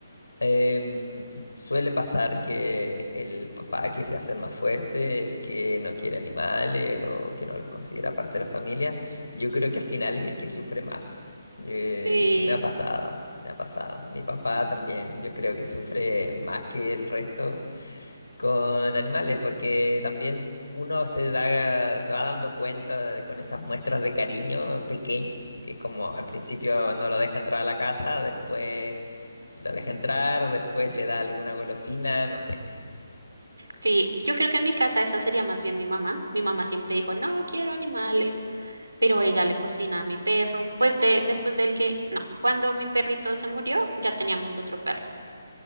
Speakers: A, on the left; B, on the right.
A: em, suele pasar que el papá que se hace el más fuerte, el que no quiere animales o que no los considera parte de la familia, yo creo que al final es el que sufre más. Yo-
B: Sí,
A: me ha pasado, me ha pasado. Mi papá también, yo creo que sufre más que el resto con animales, porque también s- uno se da, se va dando cuenta de- con esas muestras de cariño pequeñas, que es como al principio no lo deja entrar a la casa, después lo deja entrar, después le da alguna golosina, no sé.
B: sí, yo creo que en mi casa esa sería más bien mi mamá. Mi mamá siempre dijo, no quiero animales. pero ella le cocina a mi perro. Pues de, después del que, no, cuando mi perrito se murió, ya teníamos otro perro,